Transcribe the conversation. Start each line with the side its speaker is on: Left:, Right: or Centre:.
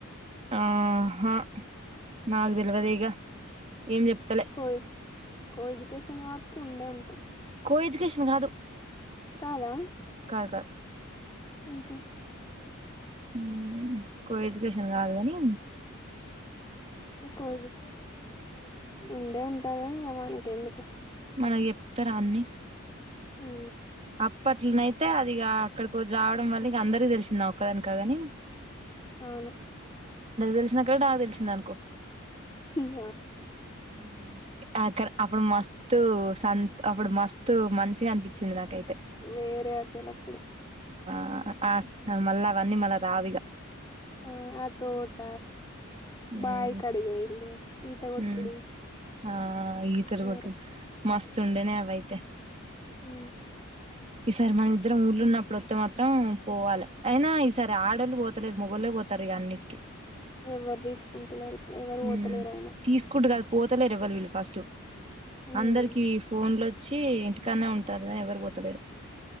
Right: ఆ హా నాకు తెల్వదే ఇగ ఏం చెప్తలే
Left: కో కో ఎడ్యుకేషన్ కాబటికి ఉండే ఉంటది
Right: కో ఎడ్యుకేషన్ కాదు
Left: కాలా
Right: కాదు కాదు
Left: ఊహు
Right: ఊ ఉ కో ఎడ్యుకేషన్ కాదు గని
Left: కో <unintelligible> ఉండే ఉంటది గని ఇగ మనకి ఎందుకు
Right: మనకు చెప్తారా అన్ని
Left: ఊ
Right: అప్పట్లోనైతే అది ఇగ అక్కడికి రావడం వల్ల ఇంక అందరిక తెలిసింది నా ఒక్కదానికి కాదు గని
Left: అవును
Right: తెలిసినా కడ నాకు తెలిసింద అనుకో
Left: ఇగ
Right: ఊ ఆక్కడ అప్పుడు మస్తు సంత అప్పుడు మస్తు మంచిగ అనిపించింది నాకైతే
Left: వేరే అసలప్పుడు
Right: అ ఆస్ ఆ మళ్ళా అవన్నీ మళ్ళ రావిగా
Left: ఊ ఆ తోట
Right: ఉమ్
Left: బాయి కాడి ఓయిల్లు ఈత కొట్టుడు
Right: ఉమ్ ఆ ఈతరు
Left: వేరే
Right: కొట్లు మస్తు ఉండేనే అవయితే
Left: హ
Right: ఈ సారి మన ఇద్దరం ఉళ్ళలు ఉన్నప్పుడు మాత్రం పోవాలి అయినా ఈసారి ఆడళ్ళు పోతలేదు మొగళ్లే పోతారు ఇక అన్నిటికీ
Left: ఎవరు తీసుకుంటున్నారుప్పుడు పోతలేరు
Right: ఉమ్ తీసుకుంటు కాదు పోతలేరు ఇవ్వాల వీళ్ళు ఫస్ట్
Left: ఉమ్
Right: అందరికిీ ఫోన్లో వచ్చి ఇంటికనే ఉంటారు ఎవరు పోతలేరు